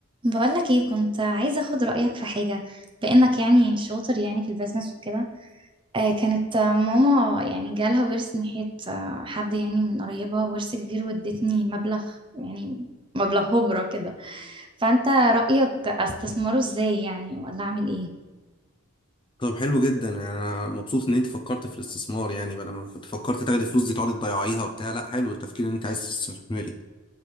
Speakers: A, on the right (about 20°); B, on the left (about 20°).
A: بقولك ايه كنت عايزة اخد رأيك في حاجة بأنك يعني شاطر يعني في البيزنس وكده آه كانت آه، ماما يعني جالها ورث من ناحية آه، حد يعني من قريبة ورث كبير وادتني مبلغ يعني مبلغ هبرة كده فأنت رأيك استثمره ازاي يعني ولا اعمل ايه
B: طب حلو جدا يعني انا مبسوط ان انت فكرت في الاستثمار يعني بدل ما كنت فكرت تاخدي فلوس دي تقعدي تضيعيها وبتاع لا حلو التفكير ان انت عايز تستثمري